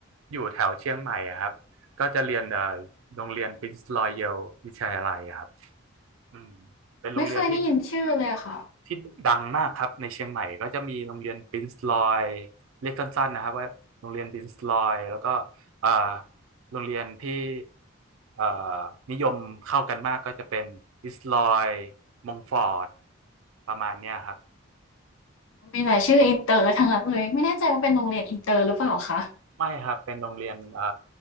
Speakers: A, on the right; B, on the left.
A: อยู่แถวเชียงใหม่อะครับก็จะเรียนเอ่อโรงเรียน Prince Royal วิทยาลัยอะครับ อืมเป็นโรงเรียนที่
B: ไม่เคยได้ยินชื่อเลยค่ะ
A: ที่ดังมากครับในเชียงใหม่ก็จะมีโรงเรียนปรินซ์ลอยเรียกสั้นๆนะครับว่าโรงเรียนปรินซ์ลอยแล้วก็เอ่อโรงเรียนที่เอ่อนิยมเข้ากันมากก็จะเป็นปรินซ์ลอยมงฟอร์ดประมาณเนี้ยครับ
B: มีแต่ชื่ออินเตอร์ทั้งนั้นเลยไม่แน่ใจว่าเป็นโรงเรียนอินเตอร์หรือเปล่าคะ
A: ไม่ครับเป็นโรงเรียนเอ่อ